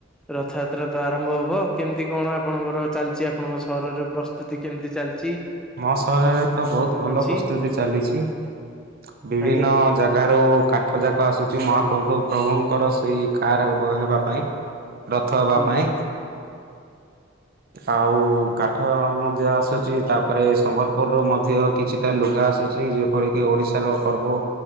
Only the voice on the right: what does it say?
ମୋ ସହରରେ ତ ବହୁତ୍ ଭଲ
ପ୍ରସ୍ତୁତି ଚାଲିଛି। ବିଭିନ୍ନ
ଜାଗାରୁ କା କାଠ ଯାକ ଆସୁଛି ମହାପ୍ରଭୁ ପ୍ରଭୁଙ୍କର ସେଇ କାର୍ ବ ହେବା ପାଇଁ। ରଥ ହେବା
ପାଇଁ ଆଉ କାଠ ମଧ୍ୟ ଆସୁ ଚି ତାପରେ ସମ୍ବଲପୁରରୁୁ ମଧ୍ୟ କିଛିଟା ଲୁଗା ଆସୁଛି ଯେପରିକି ଓଡିଶାର ପର୍ବ।